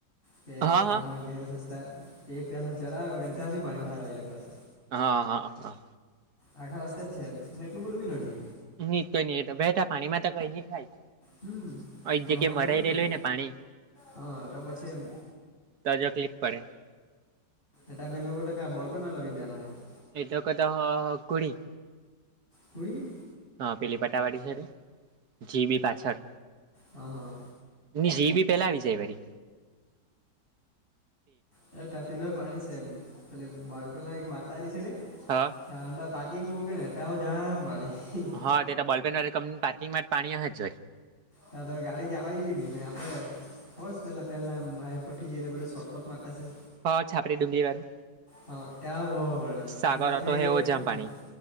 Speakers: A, on the left; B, on the right.
A: કે
B: હા હા
A: આમાં ઘેર સસ્તા કે પેલા ચરાગઢ ત્યાં બી પાણી બહાર આવેલા ક્લાસ.
B: હા હા હા.
A: આઠા રસ્તે જ છે એટલું બડું નડે.
B: ની કઈ નઈ બેઠા પાણીમાં તો કઈ નહી થાય.
A: હમ
B: એક
A: પણ
B: જગ્યાએ
A: અને
B: મરાઈ
A: ખબર નઈ
B: રહેલું હોય ને પાણી
A: હા તો પછી એમ.
B: તોજકલીફ પડે <inaudible>
A: એટા બેંગલગર ક્યા બલપનાર લગી જના ને <inaudible>
B: એ તો કતો હ કુડી.
A: કુડી.
B: હા પેલી પટાવાડી છે જીબી પાછળ
A: હા હા.
B: ની જી બી પેલા આવી જાય વડી.
A: હરે ત પીલું હો પાણી છે એમ પે બાપલા એક બાટલારી છે રે
B: હા
A: ત પાારકીિંગમાં કે ને ત જામ પાડીણી
B: હા તે તો બલ્પેનર કંપની પાર્કિંગમાં પાણીશે જ જોઈ
A: નાા તો ગાડી જવા બી નહ આપડે હોસ પેલા પેલા હાઈ પથી જઈને પેલા શોર્ટકટ માતા છે
B: હા છાપરી ડુંગળી વાળું
A: હા ત્યાં બોવાની એટલે
B: સાગર
A: ડ
B: ઓટો
A: ખાઈ
B: હે
A: પઠ
B: એવો જામ પાણી
A: હ